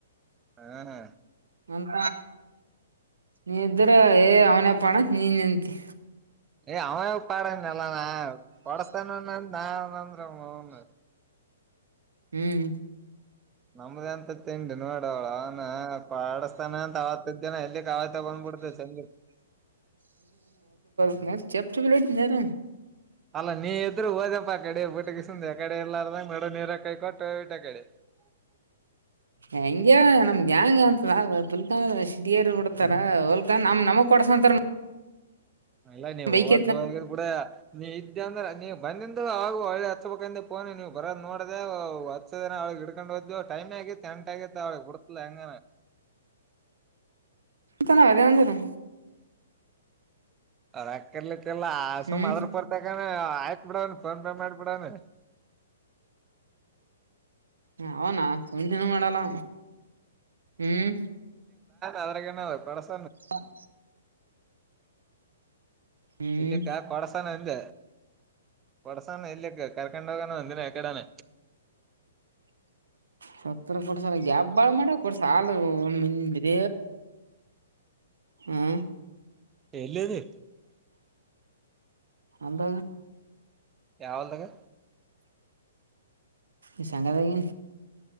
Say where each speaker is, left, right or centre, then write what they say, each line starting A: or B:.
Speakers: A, on the right; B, on the right.
A: ಹಾ ಹಾ
B: ಅಂತ ನೀ ಇದ್ರ ಏ ಅವನಪ್ಪ ಅಣ್ಣ ನೀ ನಿಂತಿ
A: ಏ್ ಅವನ ಪಡನಲ್ಲ ನಾ ಪಡಸ್ತಾನ ನಾಂದ್ರ ಅವನು
B: ಹ್ಮ್
A: ನಮ್ದ ಎಂತ ತಿಂಡಿ ನೋಡ ಅವಳ ಅವನ ಪಾಡಿಸಸ್ತಾನ ಅಂತ ಆತ್ತದ್ದೇನ ಎಲ್ಲಿ ಕಾಲತ ಬಂದ್ಬಡ್ತ ಚಂದ
B: <unintelligible> ನ ಚೆಪ್ ಚೆಪ್ ಲೇಟ ಸಾರ
A: ಅಲ್ಲಾ ನೀ ಎದುರು ಹೋದಪ್ಪ ಆ ಕಡೆ ಬುಟಗಂದೆ ಕಡೆ ಎಲ್ಲಾರದ ನೀರ ಕೈಕಟ್ಟಟ ಕಡೆ <unintelligible>
B: ಹೆಂಗೆ ನಮ್ ಗ್ಯಾಂಗ್ <unintelligible> ಅಂತ ಹ ಪುಲ್ಕಾ ಸಿಡಿಯರು ಬಿಡ್ತಾರ ಹೊಲ್ಕಾ ನಮ್ ನಮಕ್ ಕೊಡ್ಸಂತಾರ <unintelligible>
A: ಅಲ್ಲ ನೀವು
B: ಬೈಕ್
A: ಹಓದ್ದವ ಕೂಡ ನೀ <unintelligible> ಇದ ಅಂದ್ರೆ ನೀವು ಬಂದಂದು ಹಾಗು ಹಳ್ಳಿ ಹಚ್ಬೇಕಂದೋನಿ ನೀವು ಬರ ನೋಡದೆ ಹಚ್ಚದಳಗ್ ಹಿಡ್ಕೊಂಡು ಟೈ ಆಗ ಎಂಟ ಆಗೈತ್ತ ಅವಳಿ ಕೊಡ್ತದ ಹೆಂಗ
B: ಚನದಂತನೆ
A: ಅವ ರಕ್ಕರ್ಲತ್ತ ಎಲ್ಲ ಆ
B: ಹ್ಮ್
A: ಸುಮ್ ಮಾದ್ರ ಪರ್ತಕ್ಕ ಆಯ್ತ ಅಕ್ ಬಿಡು ಫೋನ್ ಪೇ ಮಾಡ ಬಿಡು
B: ಅವನ ಟಿನೂ ಮಾಡಲ್ಲ ಹ್ಮ್
A: ಅದರ
B: ಹ <inaudible> ಹ್ಮ್
A: ಇಲ್ಲಕ್ಕ ಕೊಡಸಾನ ಇಲ್ಲ ಕೊಡಸಾನ ಇಲ್ಲಕ್ಕ ಕರೆಕ್ ಎಂದಿನ ಕಡಾನ
B: ಸತ್ತ ಕೊಡ್ಸಲ್ ಗ್ಯಾಬ್ ಬಾಳ ಮಾಡ ಕೊಡ್ಸಲ್ ಮನ್ ಬಿರ ಹ್ಮ
A: ಎಲ್ಲಧಿ
B: ಅಂತ
A: ಯಾವಗಾ
B: ಈ ಸಾಗದಾಗಿ